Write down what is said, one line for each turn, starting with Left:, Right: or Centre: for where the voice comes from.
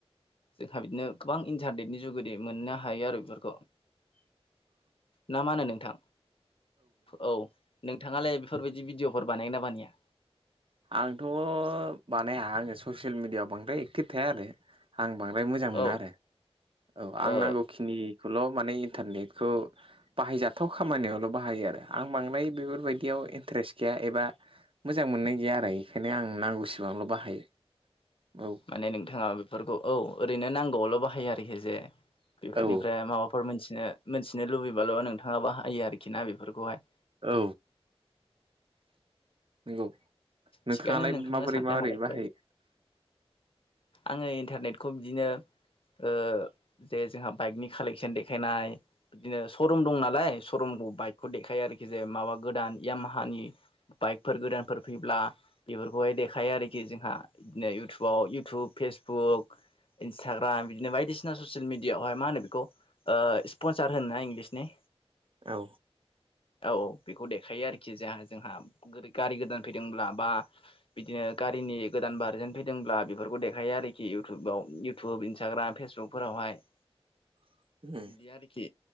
Left: जोंहा बिदिनो गोबां इन्टारनेटनि जुगेदि मोननो हायो आरो बेफोरखौ।
Right: <inaudible>
Left: ना मा होनो नोंथां औ नोंथाङालाय बेफोरबायदि भिडिअ'फोर बानायगोना बानाया?
Right: आंथ' बानाया आङो ससियेल मिडियाआव बांद्राय एकटिभ थाया आरो। आं बांद्राय मोजां मोना
Left: औ
Right: आरो औ आं
Left: ओ
Right: नांगौखि निखौल' माने इन्टारनेटखौ बाहायजाथाव खामानियावल' बाहायो आरो आं बांद्राय बेफोरबायदियाव इन्टारेस्ट गैया एबा मोजां मोननाय गैया आरो इखायनो आं नांगौसिबांल' बाहायो औ।
Left: माने नोंथाङा बेफोरखौ औ ओरैनो नांगौआवल' बाहायो आरोखि जे बेफोरनिफ्राय
Right: औ
Left: माबा फोर मोनथिनो मोनथिनो लुबैबाल' नोंथाङा बाहायो आरोखि ना बेफोरखौहाय।
Right: औ। नंगौ नोंथाङालाय
Left: थिगानो नोंथांना
Right: माबोरै
Left: साननाय
Right: माबोरै
Left: हनायफ्रा
Right: बाहायो?
Left: आङो इन्टारनेटखौ बिदिनो ओ जे जोंहा बाइकनि कालेकसन देखायनाय बिदिनो स' रुम दं नालाय स' रुमखौ बाइकखौ देखायो आरोखि जे माबा गोदान इयामाहानि बाइकफोर गोदानफोर फैब्ला बेफोरखौहाय देखायो आरोखि जोंहा बिदिनो इउटुबाव इउटुब फेसबुक इन्सटाग्राम बिदिनो बायदिसिना ससियेल मिडियाआवहाय मा होनो बेखौ ओ स्पनसार होनो ना इंल्गिस नि
Right: औ
Left: औ औ बेखौ देखायो आरोखि जोंहा जोंहा गारि गोदान फैदोंब्ला बा बिदिनो गारिनि गोदान भारजेन फैदोंब्ला बेफोरखौ देखायो आरोखि इउटुबाव इउटुब इन्स्टाग्रा फेसबुकफोरावहाय
Right: <inaudible> उम
Left: बिदि आरोखि